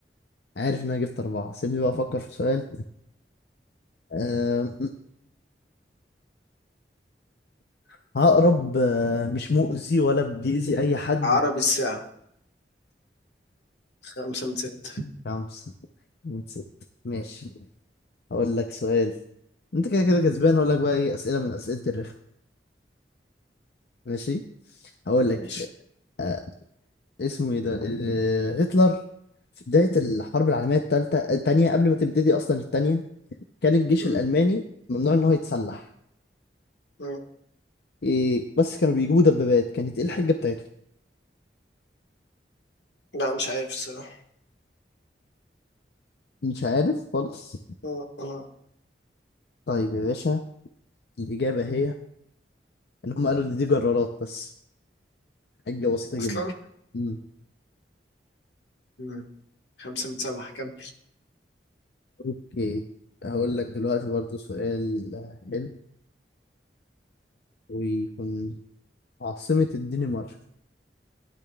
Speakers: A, on the left; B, on the left.
A: عارف إن أنا جبت أربعة سيبني بقى أفكر في سؤال أه... <laughs> عقرب آه، مش مؤذي ولا بيأذي أي حد
B: عربي الساعة خمسة من ستة
A: خمسة من ستة ماشي هقول لك سؤال أنت كده كده كسبان هقول لك بقى إيه أسئلة من أسئلة الرخ ماشي هقول لك
B: ماشي
A: أه... اسمه إيه ده ال- هتلر في بداية الحرب العالمية التالتة التانية قبل ما تبتدي أصلا التانية كان الجيش
B: أمم،
A: الألماني ممنوع إن هو يتسلح
B: أمم.
A: إيه بس كانوا بيجيبوا دبابات كانت إيه الحجة بتاعتهم؟
B: لا مش عارف الصراحة
A: مش عارف خالص
B: أمم، أمم.
A: طيب يا باشا الإجابة هي إن هم قالوا إن دي جرارات بس حجة بسيطة
B: أصلا
A: جدا مم.
B: أمم. خمسة من سبعة كم
A: أوكي هقول لك دلوقتي برضو سؤال حلو ويكون عاصمة الدنمارك